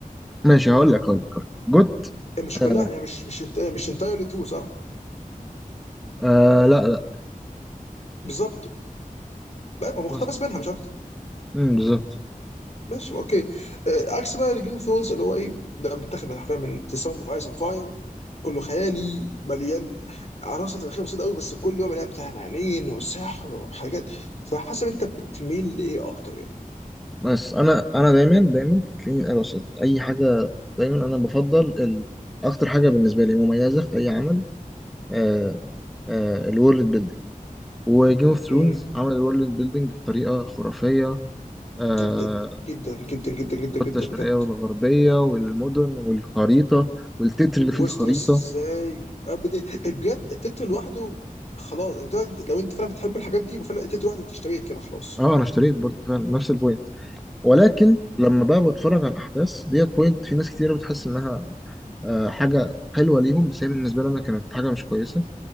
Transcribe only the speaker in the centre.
ماشي هقول لك هقول لك هقول لك. جوت
آه
آه، لا لا
بس
امم بالظبط
بس انا انا دايما دايما هتلاقيني انا وصلت اي حاجه دايما انا بفضل ال... اكتر حاجه بالنسبه لي مميزه في اي عمل آه، آه، الورلد بيلدينج وجيم اوف
ثرونز عمل الورلد بيلدينج بطريقه خرافيه آه،
الكتله الشرقيه
والغربيه والمدن والخريطه والتتر اللي فيه
الخريطه
اه انا اشتريت برضه فعلا نفس البوينت ولكن لما بقى بتفرج على الاحداث ديت بوينت في ناس كتير بتحس انها آه، حاجه حلوه ليهم بس هي بالنسبه لنا كانت حاجه مش كويسه